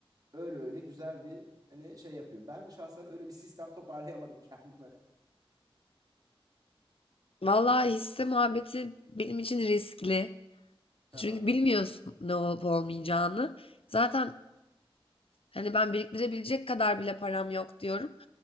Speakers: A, on the right; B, on the left.
A: Öyle öyle güzel bir hani şey yapıyor. Ben şahsen öyle bir <laughs> sistem toparlayamadım kendime.
B: Vallahi hisse muhabbeti benim için riskli.
A: <laughs> Aha.
B: Çünkü bilmiyorsun ne olup olmayacağını. Zaten hani ben biriktirebilecek kadar bile param yok diyorum.